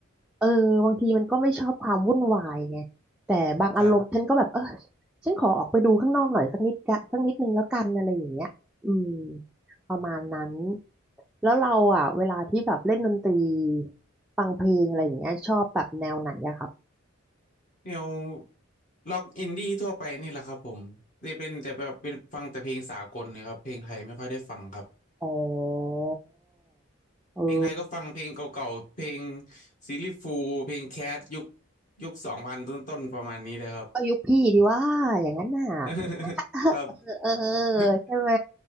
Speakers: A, in the centre; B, on the left (about 40°).
A: เออบางทีมันก็ไม่ชอบความวุ่นวายไงแต่บางอารมณ์ฉันก็แบบเออ
B: <laughs> ครับ
A: ฉันขอออกไปดูข้างนอกหน่อยสักนิดกะสักนิดนึงแล้วกันอะไรอย่างเงี้ยอืมประมาณนั้นแล้วเราอ่ะเวลาที่แบบเล่นดนตรีฟังเพลงอะไรอย่างเงี้ยชอบแบบแนวไหนอะคะ
B: แนวล็อกอินดี้ทั่วไปนี่แหละครับผมจะเป็นแต่แบบเป็นฟังแต่เพลงสากลเนะครับเพลงไทยไม่ค่อยได้ฟังครับ
A: อ๋อเออ
B: เพลงไทยก็ฟังเพลงเก่าๆเพลงซีรีส์ฟูลเพลงแคทยุคยุคสองพันต้นๆประมาณนี้เลยครับ
A: ก็ยุคพี่ดีว่าอย่างนั้นน่ะ
B: <laughs>
A: <laughs>
B: ครับ
A: เออเออเออ
B: <laughs>
A: ใช่ไหม